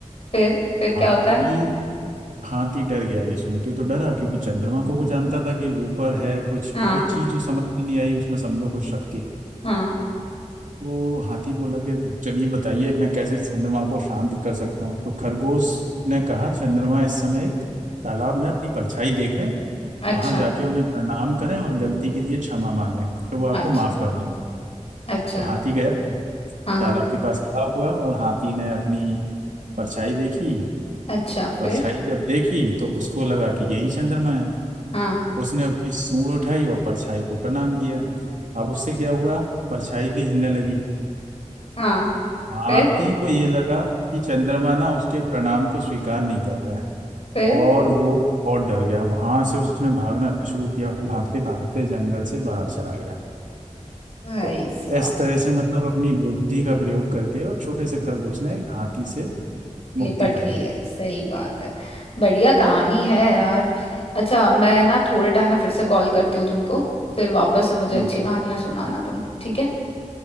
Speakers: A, on the left; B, on the right.
A: फिर फिर
B: हाथी
A: क्या होता है
B: हाथी डर गया ये सुन के तो डरा क्योंकि चंद्रमा को वो जानता था कि ऊपर है कुछ
A: हाँ
B: कुछ चीज जो समझ में नहीं आई उसमें समझो कुछ शक्ति है
A: हाँ
B: तो हाथी बोला कि चलिए बताइए मैं कैसे चंद्रमा को शांत कर सकता हूँ तो खरगोश ने कहा चंद्रमा इस समय एक तालाब में अपनी परछाई देख रहे हैं
A: अच्छा
B: वहां जाके उन्हें प्रणाम करें और गलती के लिए क्षमा मांगे तो वो आपको
A: अच्छा
B: माफ कर देंगे
A: अच्छा
B: तो हाथी गया
A: हाँ हाँ
B: तालाब के पास खड़ा हुआ और हाथी ने अपनी परछाई देखी
A: अच्छा
B: परछाई
A: फिर
B: जब देखी तो उसको लगा कि यही चंद्रमा है
A: हाँ
B: उसने अपनी सूंड उठाई और परछाई को प्रणाम किया अब उससे क्या हुआ परछाई भी हिलने लगी
A: हाँ
B: हाथी
A: फिर
B: को ये लगा कि चंद्रमा ना उसके प्रणाम को स्वीकार नहीं कर रहे हैं
A: फिर
B: और वो बहुत डर गया वहां से उसने भागना शुरू किया और भागते भागते जंगल से बाहर चला गया
A: भाई
B: तो
A: साहब
B: इस तरह से मतलब अपनी बुद्धि का प्रयोग करके और छोटे से खरगोश ने एक हाथी से मुक्ति
A: निपट
B: पाई
A: ली है सही बात है बढ़िया कहानी है यार अच्छा मैं ना थोड़े टाइम में फिर से कॉल करती हूँ तुमको फिर वापस से मुझे
B: हम्म
A: अच्छी कहानियां सुनाना तुम ठीक है